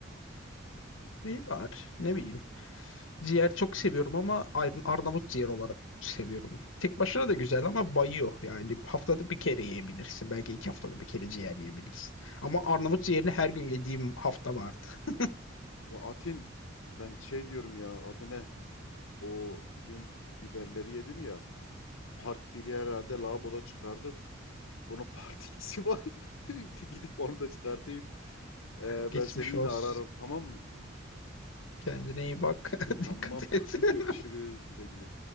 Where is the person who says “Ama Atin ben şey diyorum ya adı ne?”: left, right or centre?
Left